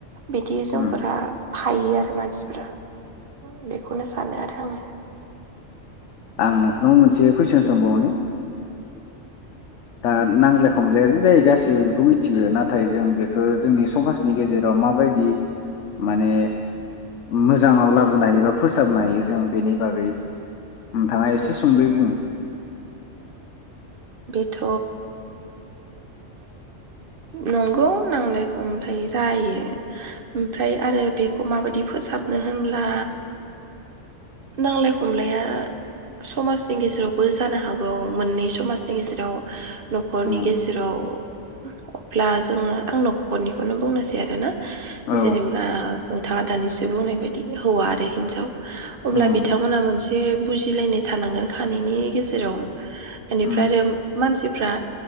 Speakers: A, on the right; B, on the left.
A: बिदि जोंफोरा
B: उम
A: फायो आरो मानसिफोरा बेखौनो सानो आरो आङो ।
B: आं नोसो नों मोनसे कुइसन सोबावनि दा नांज्लाय खमज्लाया जे जायो गासिबो बेखौ मिथियो नाथाय जों बेखौ जोंनि समाजनि गेजेराव माबायदि माने मोजाङाव लाबोनो हायो बा फोसाबनो हायो जों बेनि बागै नोंथाङा एसे सुंदयै बुं
A: थ' नंगौ नांलाय खमलाय जायो । ओमफ्राय आरो बेखौ माबायदि फोसाबनो होनब्ला नांलाय खमलाया समाजनि गेजेरावबो जानो हागौ मोननै समाजनि गेजेराव न'खरनि
B: उम
A: गेजेराव अब्ला जोङो आं नखरनिखौनो बुंनोसै आरोना
B: औ
A: जेनेबा नोंथाङा दानिसो बुंनाय बायदि हौवा आरो हिनजाव अब्ला
B: उम
A: बिथांमोना मोनसे बुजिलायनाय थानांगोन खानैनि गेजेराव । बेनिफ्राय
B: उम
A: आरो मानसिफ्रा